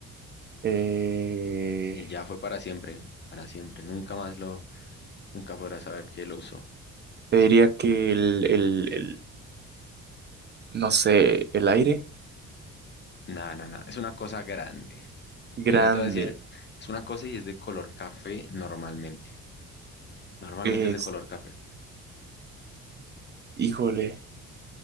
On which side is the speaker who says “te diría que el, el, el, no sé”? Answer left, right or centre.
Right